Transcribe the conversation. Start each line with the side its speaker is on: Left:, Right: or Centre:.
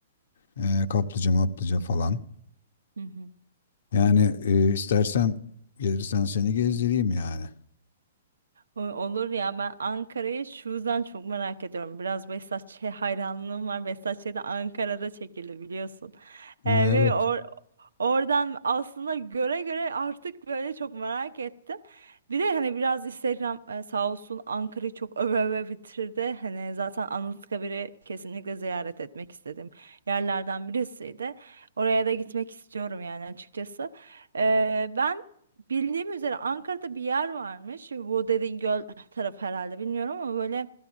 Left: e, kaplıca maplıca falan.
Right: Hı hı.
Left: Yani e, istersen gelirsen seni gezdireyim yani.
Right: O- Olur ya ben Ankara'yı şu yüzden çok merak ediyorum. Biraz Behzatçı'ya hayranlığım var. Behzatçı da Ankara'da çekildi biliyorsun.
Left: Ha,
Right: Ee, ve
Left: evet,
Right: or oradan aslında göre göre artık böyle çok merak ettim. Bir de hani biraz Instagram e, sağ olsun Ankara'yı çok öve öve bitirdi. Hani zaten Anıtkabir'i kesinlikle ziyaret etmek istediğim yerlerden birisiydi. Oraya da gitmek istiyorum yani açıkçası. Ee, ben Bildiğim üzere Ankara'da bir yer varmış. Bu dediğin göl tarafı herhalde bilmiyorum ama böyle